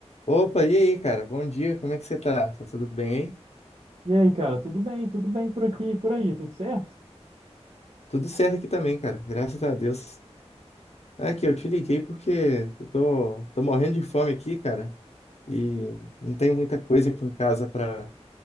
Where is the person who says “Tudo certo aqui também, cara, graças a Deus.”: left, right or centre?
Left